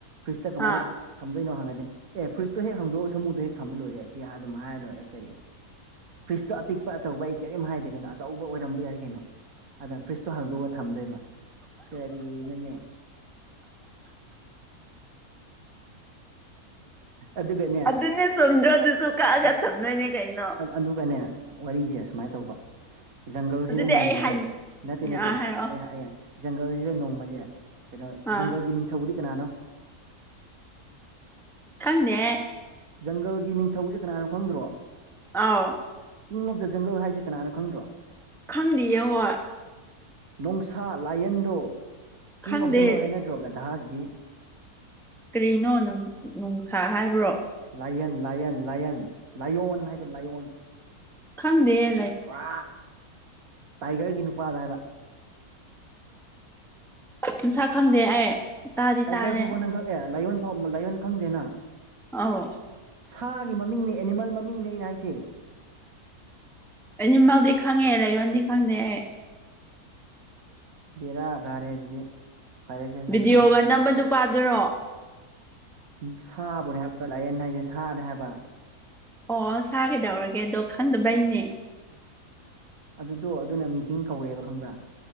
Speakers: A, on the right; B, in the centre.
A: ꯐ꯭ꯔꯤꯖꯇ ꯀꯃꯥꯏ
B: ꯑꯥ
A: ꯊꯝꯗꯣꯏꯅꯣ ꯍꯪꯉꯗꯤ ꯑꯦ ꯐꯨꯔꯤꯖꯇꯣ ꯍꯦꯛ ꯍꯥꯡꯗꯣꯛꯑ ꯁꯃꯨꯗꯣ ꯍꯦꯛ ꯊꯝꯃ ꯂꯣꯏꯔꯦ ꯁꯤ ꯍꯥ ꯑꯗꯨꯝ ꯍꯥꯏꯔ ꯂꯣꯏꯔꯦ ꯀꯔꯤ ꯐ꯭ꯔꯤꯖꯇꯣ ꯑꯄꯤꯛꯄ ꯑꯆꯧꯕ ꯑꯩ ꯀꯔꯤꯝ ꯍꯥꯏꯗꯦ ꯀꯩꯅꯣ ꯑꯆꯧꯕ ꯑꯣꯏꯔꯝꯕ ꯌꯥꯏ ꯀꯩꯅꯣ ꯑꯗꯨꯅ ꯐ꯭ꯔꯤꯖꯇꯣ ꯍꯥꯡꯗꯣꯛꯑꯒ ꯊꯝꯗꯣꯏꯕ ꯀꯔꯤꯅꯣꯅꯦ ꯑꯗꯨꯒꯅꯦ
B: ꯑꯗꯨꯅꯦ ꯆꯨꯝꯗ꯭ꯔꯣ ꯑꯗꯨꯁꯨ ꯀꯛꯑꯒ
A: ꯑꯗꯨ
B: ꯊꯝꯗꯣꯏꯅꯦ ꯀꯩꯅꯣ
A: ꯑꯗꯨꯒꯅꯦ ꯋꯥꯔꯤꯁꯦ ꯁꯨꯃꯥꯏ ꯇꯧꯕ ꯖꯪꯒꯜꯖꯤꯗ
B: ꯑꯗꯨꯗꯤ
A: ꯅꯣꯡꯃꯖꯦ
B: ꯑꯩ ꯍꯥꯏ
A: ꯅꯠꯇꯦ ꯅꯠꯇꯦ
B: ꯑꯥ ꯍꯥꯏꯔꯛꯑꯣ
A: ꯑꯩ ꯍꯥ ꯖꯪꯒꯜꯖꯤꯗ ꯅꯣꯡꯃꯖꯦ ꯀꯩꯅꯣ
B: ꯑꯥ
A: ꯖꯪꯒꯜꯒꯤ ꯅꯤꯡꯊꯧꯗꯤ ꯀꯅꯥꯅꯣ
B: ꯈꯪꯗꯦ
A: ꯖꯪꯒꯜꯒꯤ ꯅꯤꯡꯊꯧꯖꯦ ꯀꯅꯥꯅꯣ ꯈꯪꯗ꯭ꯔꯣ
B: ꯑꯥꯎ
A: ꯀꯤꯡ ꯑꯣꯐ ꯗ ꯖꯪꯒꯜ ꯍꯥꯏꯁꯦ ꯀꯅꯥꯅꯣ ꯈꯪꯗ꯭ꯔꯣ
B: ꯈꯪꯗꯤꯌꯦ ꯍꯣꯏ
A: ꯅꯣꯡꯁꯥ ꯂꯥꯏꯌꯟꯗꯣ ꯀꯤꯡ
B: ꯈꯪꯗꯦ
A: ꯑꯣꯐ ꯖꯪꯒꯜ ꯍꯥꯏꯅꯗ꯭ꯔꯣ ꯒꯙꯥ ꯖꯤꯗꯤ
B: ꯀ꯭ꯔꯤꯅꯣ ꯅꯪ ꯅꯨꯡꯁꯥ ꯍꯥꯏꯕ꯭ꯔꯣ
A: ꯂꯥꯏꯌꯟ ꯂꯥꯏꯌꯟ ꯂꯥꯏꯌꯟ ꯂꯥꯏꯌꯣꯟ ꯍꯥꯏꯗꯣ ꯂꯥꯏꯌꯣꯟ
B: ꯈꯪꯗꯦꯍꯦ
A: ꯋꯥ ꯇꯥꯏꯒꯔꯒꯤ ꯅꯨꯄꯥꯗ ꯍꯥꯏꯕ
B: ꯃꯁꯛ ꯈꯪꯗꯦ ꯑꯩ ꯇꯥꯗꯤ
A: ꯇꯥꯏꯒꯔ
B: ꯇꯥꯔꯦ
A: ꯐꯥꯎꯕ ꯅꯪ ꯈꯪ ꯑꯦ ꯂꯥꯏꯌꯣꯟ ꯐꯥꯎ ꯂꯥꯏꯌꯣꯟ ꯈꯪꯗꯦ ꯅꯪ
B: ꯑꯧ
A: ꯁꯥꯒꯤ ꯃꯃꯤꯡꯅꯦ ꯑꯦꯅꯤꯃꯦꯜ ꯃꯃꯤꯡꯅꯦ ꯑꯩꯅ ꯍꯥꯏꯁꯦ
B: ꯑꯦꯅꯤꯃꯜꯗꯤ ꯈꯪꯉꯦ ꯂꯩꯥꯏꯌꯣꯟꯗꯤ ꯈꯪꯗꯦ ꯑꯩ
A: ꯕꯦꯔꯥ ꯀꯥꯔꯦ ꯑꯗꯨꯗꯤ ꯐꯔꯦꯁꯦ ꯅꯪ
B: ꯚꯤꯗꯤꯑꯣꯒ
A: ꯈꯪꯗ꯭ꯔꯗꯤ ꯐꯔꯦ
B: ꯅꯝꯕ ꯅꯨꯄꯥꯗꯨꯔꯣ
A: ꯎ ꯁꯥꯕꯨꯅꯦ ꯍꯥꯏꯕ ꯂꯥꯏꯌꯟ ꯍꯥꯏꯖꯦ ꯁꯥꯅꯦ ꯍꯥꯏꯕ
B: ꯑꯣ ꯁꯥ ꯀꯩꯗꯧꯔꯒꯦ ꯑꯗꯣ ꯈꯪꯗꯕꯩꯅꯦ
A: ꯑꯗꯨꯗꯣ ꯑꯗꯨꯅ ꯃꯤꯇꯤꯡ ꯀꯧꯔꯦꯕ ꯈꯪꯕ꯭ꯔꯥ